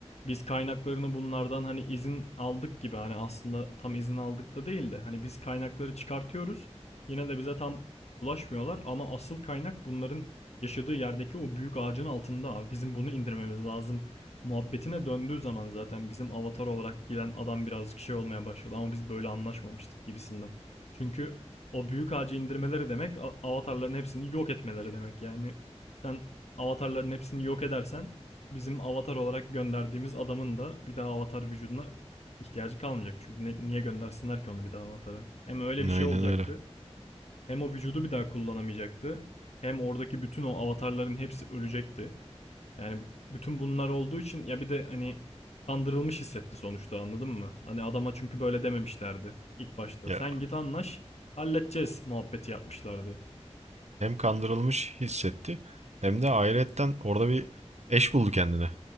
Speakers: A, on the left; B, on the right.
A: biz kaynaklarını bunlardan hani izin aldık gibi hani aslında tam izin aldık da değil de hani biz kaynakları çıkartıyoruz yine de bize tam bulaşmıyorlar ama asıl kaynak bunların yaşadığı yerdeki o büyük ağacın altında abi bizim bunu indirmemiz lazım muhabbetine döndüğü zaman zaten bizim avatar olarak gelen adam birazcık şey olmaya başladı ama biz böyle anlaşmamıştık gibisinden. Çünkü o büyük ağacı indirmeleri demek a- avatarların hepsini yok etmeleri demek yani. Sen avatarların hepsini yok edersen bizim avatar olarak gönderdiğimiz adamın da bir daha avatar vücuduna ihtiyacı kalmayacak. Çünkü ne- niye göndersinler ki onu bir daha avatara? Hem öyle
B: Aynen
A: bir şey olacaktı.
B: öyle.
A: Hem o vücudu bir daha kullanamayacaktı. Hem oradaki bütün o avatarların hepsi ölecekti. Yani bütün bunlar olduğu için ya bir de hani kandırılmış hissetti sonuçta anladın mı? Hani adama çünkü böyle dememişlerdi ilk başta.
B: Ya,
A: Sen git anlaş halledeceğiz muhabbeti yapmışlardı.
B: hem kandırılmış hissetti hem de ayrıyetten orada bir eş buldu kendine.